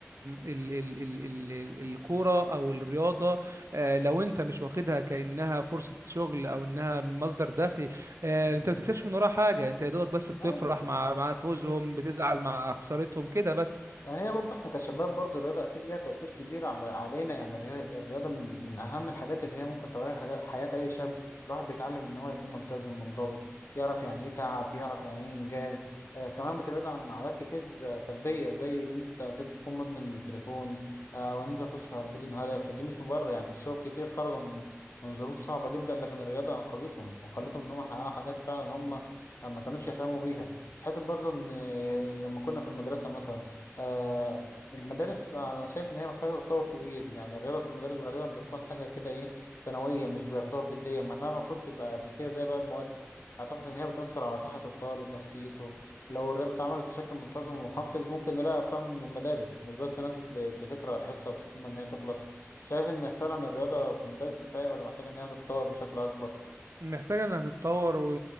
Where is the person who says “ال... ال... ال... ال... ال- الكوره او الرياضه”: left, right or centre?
Right